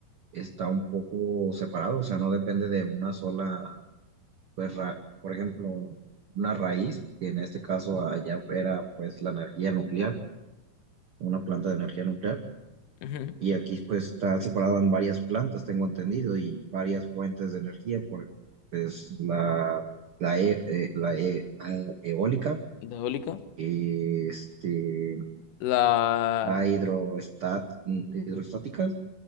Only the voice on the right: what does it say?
está un poco separado, o sea, no depende de una sola, pues, ra- por ejemplo, una raíz, que en este caso allá era pues la energía nuclear, una planta de energía nuclear,
y aquí pues está separado en varias plantas, tengo entendido, y varias fuentes de energía, por, pues la, la, e- eh, la e- ah, eólica,
este
la hidroestat, hidroestática,